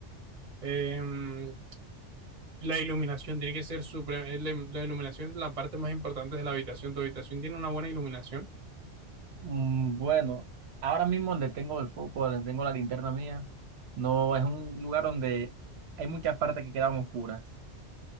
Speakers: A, on the right (about 35°); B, on the right (about 65°).
A: Em, la iluminación tiene que ser supre- eh, la, la iluminación es la parte más importante de la habitación, tu habitación tiene una buena iluminación,
B: Mm, bueno, ahora mismo donde tengo el foco, donde tengo la linterna mía, no es un lugar donde hay muchas partes que quedan oscuras.